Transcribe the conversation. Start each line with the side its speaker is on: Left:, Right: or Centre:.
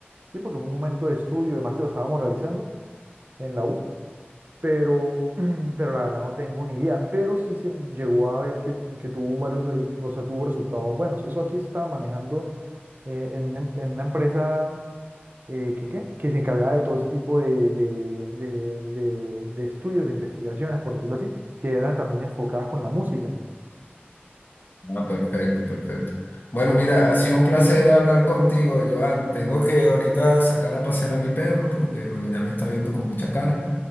Right: sí, porque fue un momento de estudio, y además que lo estábamos realizando en la U, pero, <clears throat> pero la verdad no tengo ni idea, pero sí se llegó a ver que, que tuvo varios, re- o sea, tuvo resultados buenos. Eso aquí se estaba manejando eh, en una em- en una empresa eh, que, ¿qué? que se encargaba de todo ese tipo de, de, de- de- de estudios, de investigaciones, por decirlo así, que eran también enfocadas con la música.
Left: Ah, perfecto, perfecto. Bueno, mira, ha sido un placer hablar contigo, Joan. Tengo que ahorita sacar a pasear a mi perro porque, bueno, ya me está viendo con mucha cara.